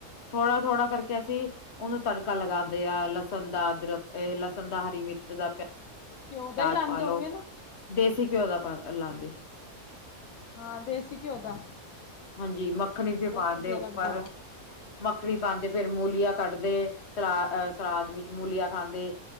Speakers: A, on the left; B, on the left.
A: ਥੋੜਾ- ਥੋੜਾ ਕਰਕੇ ਅਸੀਂ, ਉਹਨੂੰ ਤੜਕਾ ਲਗਾਂਦੇ ਆ ਲਸਣ ਦਾ, ਅਦਰਕ ਲਸਣ ਦਾ, ਹਰੀ ਮਿਰਚ ਦਾ।
B: ਘਿਓ ਦਾ
A: ਪਿਆਜ
B: ਹੀ ਲਾਂਦੇ
A: ਪਾਲੋ
B: ਹੋਂਗੇ ਨਾ
A: ਦੇਸੀ ਘਿਓ ਦਾ ਲਾਂਦੇ।
B: ਹਾਂ ਦੇਸੀ ਘਿਓ ਦਾ
A: ਹਾਂਜੀ, ਮੱਖਨੀ ਦੇ
B: ਬਹੁਤ
A: ਪਾਨ
B: ਵਧੀਆ
A: ਦੇ ਉੱਪਰ
B: ਲੱਗਦਾ ਉਹ
A: ਮੱਖਣੀ ਪਾਾਂਦੇ ਫੇਰ ਮੂਲੀਆਂ ਕੱਟਦੇ ਸਲਾ ਅ ਸਲਾਦ ਵਿੱਚ ਮੂਲੀਆਂ ਖਾਂਦੇ।